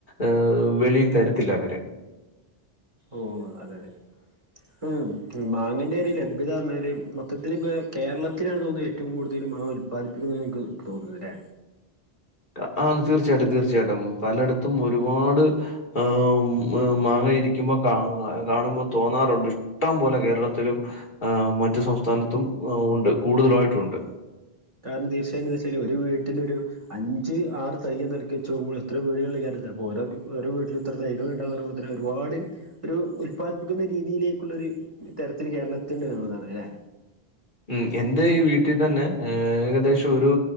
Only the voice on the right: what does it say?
ഓഹ് അതെ അതെ മാങ്ങൻ്റെ ഒരു ലഭ്യത പറഞ്ഞാൽ മൊത്തത്തിൽ ഇപ്പോ കേരളത്തിലാണ് തോന്നുന്നത് ഏറ്റവും കൂടുതൽ മാവ് ഉൽപ്പാദിപ്പിക്കുന്നില്ലെന്ന് ഇൻക്ക് തോന്ന്ന്ന് ലെ?
കാരണം തീർച്ചായിട്ടും വെച്ചാല് ഒരു വീട്ടിലൊരു അഞ്ച് ആറ് തയ് നൽക്കിച്ച് നോക്കുമ്പോ എത്ര വീടുകളില കാര്യത്തി ഓരോ ഓരോ വീട്ടില എത്ര തൈകൾ ഇണ്ടാവും <unintelligible> ഒരുപാട് ഒരു ഉത്പാദിപ്പിക്കുന്ന രീതിയിലേക്കുള്ള ഒരു തരത്തിൽ കേരള എത്തുണ്ട് എന്നുള്ളതാണ് അല്ലെ